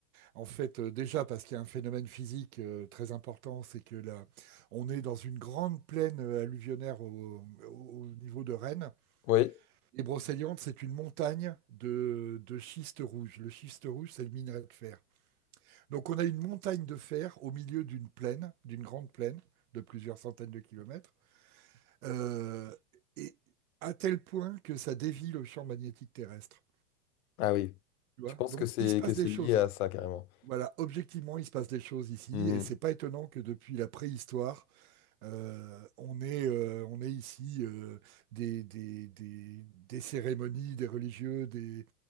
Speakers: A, on the right (about 70°); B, on the left (about 70°).
A: En fait, euh, déjà parce qu'il y a un phénomène physique euh, très important, c'est que là, on est dans une grande plaine euh, alluvionnaire au, au- au niveau de Rennes.
B: Oui.
A: Et Brocéliande, c'est une montagne de, de schiste rouge. Le schiste rouge, c'est le minerai de fer. Donc on a une montagne de fer au milieu d'une plaine, d'une grande plaine de plusieurs centaines de kilomètres. Euh, et à tel point que ça dévie le champ magnétique terrestre.
B: Ah oui.
A: Tu vois?
B: Tu penses
A: Donc,
B: que c'est
A: il se passe
B: que c'est
A: des choses.
B: lié à ça carrément.
A: Voilà, objectivement, il se passe des choses ici,
B: Mhm.
A: et c'est pas étonnant que depuis la préhistoire, euh, on est, euh, on est ici euh, des, des, des, des cérémonies, des religieux, des,